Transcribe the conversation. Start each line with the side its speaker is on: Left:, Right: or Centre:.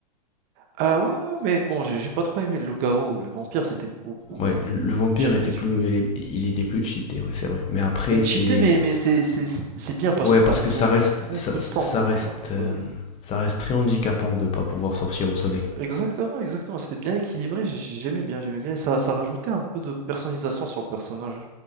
Right: Ah ouais, ouais, ouais, mais bon, j'ai j'ai pas trop aimé le loup-garou. Le vampire, c'était beaucoup,
Left: Ouais,
Right: beaucoup
Left: le vampire
Right: plus cheaté,
Left: était
Right: tu.
Left: plus, il était plus cheaté, ouais, c'est vrai. Mais après,
Right: Mais
Left: c'est,
Right: cheaté, mais, mais c'est c'est- c'est- c'est bien parce
Left: ouais,
Right: que
Left: parce
Right: t'as besoin
Left: que ça
Right: de
Left: reste,
Right: beaucoup
Left: ça, ça
Right: de sang
Left: ça
Right: pour
Left: reste,
Right: euh,
Left: euh,
Right: pour évoluer.
Left: ça reste très handicapant de pas pouvoir sortir au soleil.
Right: Exactement, exactement. C'était bien équilibré, j'ai- j'ai- j'aimais bien, j'aimais bien. Et ça, ça rajoutait un peu de personnalisation sur le personnage.